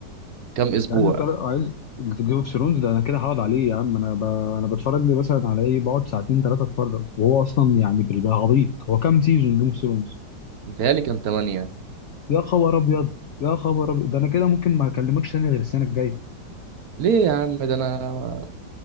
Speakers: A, on the right; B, on the left.
A: كام اسبوع
B: ده عايز طريق عايز جيم اوف ثرونز ده انا كده هقعد عليه يا عم انا ب... انا بتفرج لي مثلا على ايه بقعد ساعتين ثلاثه اتفرج وهو اصلا يعني بيبقى غبيط هو كام سيزون جيم اوف ثرونز
A: متهيألي كان 8
B: يا خبر ابيض يا خبر ابيض ده انا كده ممكن ما اكلمكش تاني غير السنه الجايه
A: ليه يا عم ده انا